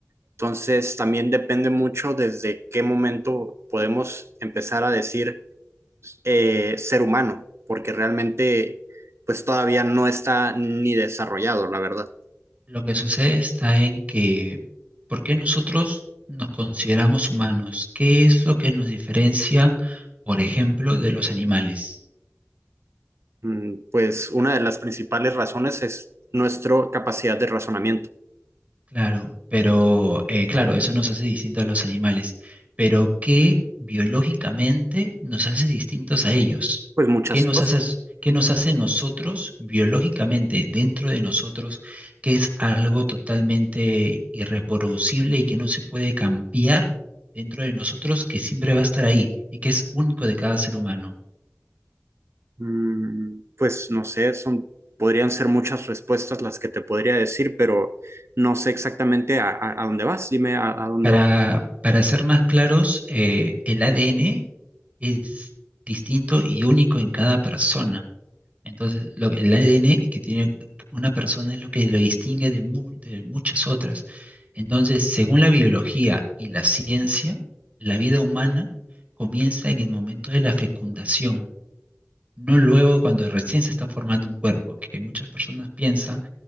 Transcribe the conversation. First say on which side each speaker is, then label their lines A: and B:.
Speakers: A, on the right; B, on the right.
A: Entonces, también depende mucho desde qué momento podemos empezar a decir eh, ser humano, porque realmente pues todavía no está ni desarrollado, la verdad.
B: Lo que sucede está en que, ¿por qué nosotros nos consideramos humanos? ¿Qué es lo que nos diferencia, por ejemplo, de los animales?
A: Mm, Pues una de las principales razones es nuestra capacidad de razonamiento.
B: Claro, pero eh, claro, eso nos hace distintos a los animales, pero ¿qué biológicamente nos hace distintos a ellos?
A: Pues muchas
B: ¿Qué nos
A: cosas.
B: hace, qué nos hace nosotros biológicamente dentro de nosotros, que es algo totalmente irreproducible y que no se puede cambiar dentro de nosotros, que siempre va a estar ahí y que es único de cada ser humano?
A: Mm, Pues no sé, son, podrían ser muchas respuestas las que te podría decir, pero no sé exactamente a, a- a dónde vas. Dime a, a dónde
B: Para,
A: vas.
B: para ser más claros, eh, el ADN es distinto y único en cada persona. Entonces, lo que- el ADN que tiene una persona es lo que lo distingue de, mu- de muchas otras. Entonces, según la biología y la ciencia, la vida humana comienza en el momento de la fecundación, no luego cuando recién se está formando un cuerpo, que muchas personas piensan